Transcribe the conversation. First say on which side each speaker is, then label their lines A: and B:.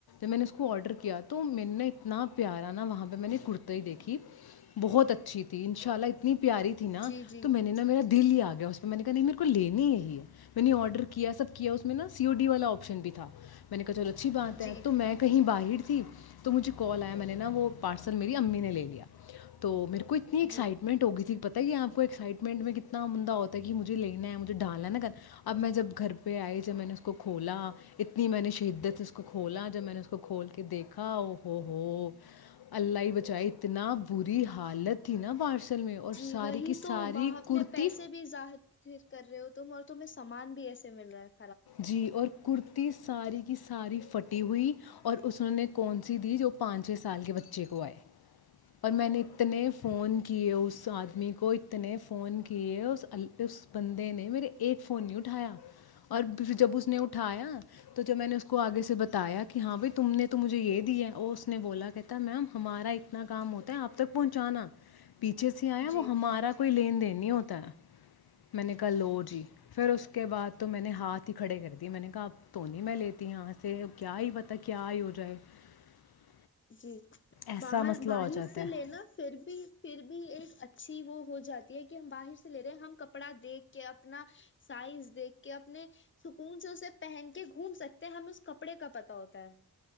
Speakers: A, on the left (about 75°); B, on the left (about 30°).
A: میں نےڈر کیا <unintelligible> تو میں نے اتنا پیارا نا وہاں پہ میں نے کرتا ہی دیکھی بہت اچھی تھی ان شاء اللہ اتنی <unintelligible> پیاری تھی نا
B: جی جی
A: تو میں نے نا میرا دل ہی آ گیا اس میں <unintelligible> تو میں نے کہ نہیں <unintelligible> کو لینی یہی ہے <unintelligible> میں نے آرڈر کیا سب کیا اس میں نا سی او ڈی والا آپشن بھی تھا میں نے کہا چلو <unintelligible> اچھی بات
B: جی
A: ہے تو میں کہیں باہر <unintelligible> ت <unintelligible> تو مجھے کال آیا میں نے نا وہ پارسل میری امی نے لے لیا تو میرے کو کوئی اتنی ایکسائٹمنٹ
B: جی
A: ہو گئی تھی <unintelligible> پتہ ہی ہے آپ کو ایکسائٹمنٹ میں کتنا عنددہ ہوتا ہے کہ مجھے لینا ہے مجھے ڈالنا نا کر اب میں جب گھر پہ آئی جب میں نے اس کو کھولا اتنی میں نے شہدت سے اس کو کھولا جب میں نے اس کو کھول کے دیکھا او ہو ہو الائی بچائے اتنا بری حالت تھی نا <unintelligible>
B: جی
A: ساری
B: وہی
A: کی
B: تو
A: ساری
B: ب اپنے
A: کرتی
B: پیسے بھی ظاہر کر رہے ہو تم اور تہیں سامان بھی ایسے مل رہا ہے <unintelligible>
A: جی اور <unintelligible> <unintelligible> اور میں نے اتنے فون کیئے اس آدمی کو اتنے فون کیے اس بندے نے میرے ایک فون نہیں اٹھایا <unintelligible> اور جب اس نے اٹھایا تو جب میں نے اس کو آگے سے بتایا کہ ہاں بھائی تم نے تو مجھے یہ دیا ہے اور اس نے بولا کہتا میم ہمارا اتنا کام ہوتا ہے آپ تک پہنچانا <unintelligible> پیچھے سے آیا
B: جی
A: وہ ہمارا کوئی لین دین <unintelligible> نہیں ہوتا ناتم <unintelligible> میں نے کہ لو جی پھر اس <unintelligible> کے بعد تو میں نے <unintelligible> ہاتھ ہی کھڑے کر دی میں نے کہا تو نہیں میں لیتی یہاں سے کیا ہی پتا کیا ہی ہو جائے <unintelligible>
B: جی
A: ایسا
B: باہر
A: مسئلہ
B: باہر
A: ہو جاتا
B: سے
A: ہے
B: لینا پھر بھی پھر بھی ایک اچ اچھی وہ ہو جاتی ہے کہ ہم باہر سے لے رہے ہیں ہم کپڑا دیکھ کے اپنا سائز دیکھ کے اپنے سکون سے اسے پہن کے گھوم سکتے ہیں ہمیں اس کپڑے کا پت ہوتا ہے <unintelligible>